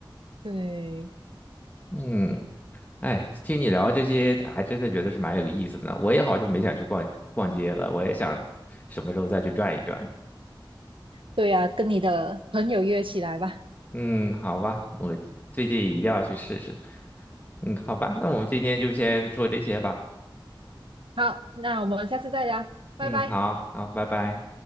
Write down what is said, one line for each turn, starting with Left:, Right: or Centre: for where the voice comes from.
Right: 对，
Left: 嗯，哎，听你聊这些，还真的觉得是蛮有意思的呢。我也好久没想去逛逛街了，我也想什么时候再去转一转。
Right: 对呀、跟你的朋友约起来吧。
Left: 嗯，好吧，我最近一定要去试试。嗯，好吧，那我们今天就先做这些吧。
Right: 好，那我们下次再聊，拜拜。
Left: 嗯，好好，拜拜。